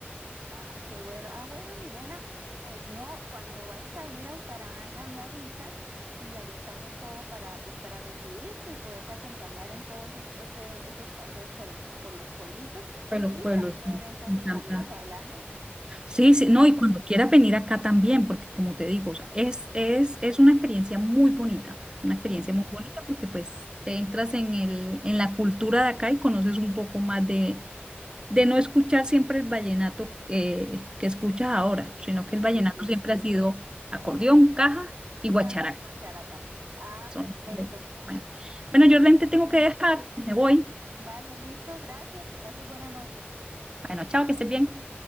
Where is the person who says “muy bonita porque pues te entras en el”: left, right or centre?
Right